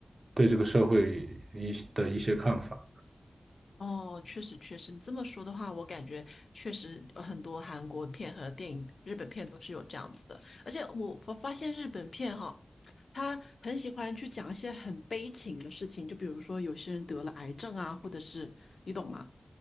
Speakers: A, on the right; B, on the left.
A: 对这个社会一的一些看法。
B: 哦，确实确实，你这么说的话，我感觉确实呃很多韩国片和电影、日本片都是有这样子的。而且我发发现日本片哈，他很喜欢去讲一些很悲情的事情，就比如说有些人得了癌症啊，或者是你懂吗？